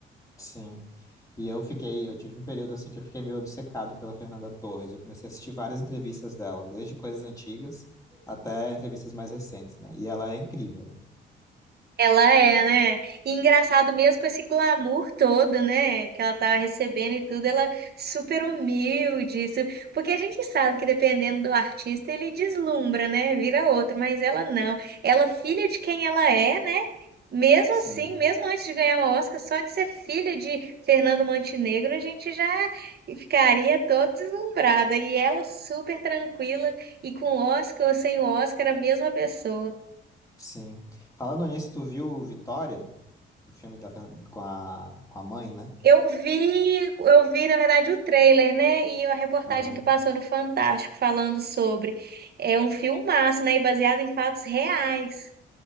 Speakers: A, on the left; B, on the right.
A: sim. E eu fiquei, eu tive um período assim que eu fiquei meio obcecado pela Fernanda Torres. Eu comecei a assistir várias entrevistas dela, desde coisas antigas até entrevistas mais recentes, né? E ela é incrível, né?
B: Ela é, né? E engraçado mesmo com esse glamour todo, né? Que ela tava recebendo e tudo, ela super humilde, su- porque a gente sabe que dependendo do artista ele deslumbra, né? Vira outro, mas ela não. Ela filha de quem ela é, né? Mesmo
A: Sim,
B: assim, mesmo antes de ganhar o Oscar, só de ser filha de Fernando Montenegro, a gente já ficaria todo deslumbrada. E ela super tranquila e com o Oscar ou sem o Oscar, a mesma pessoa.
A: sim. Falando nisso, tu viu Vitória, o filme da, Fern- com a, com a mãe, né?
B: Eu vi, eu vi, na verdade, o trailer, né? E a reportagem
A: Aham.
B: que passou no Fantástico falando sobre. É um filmaço, né? E baseado em fatos reais.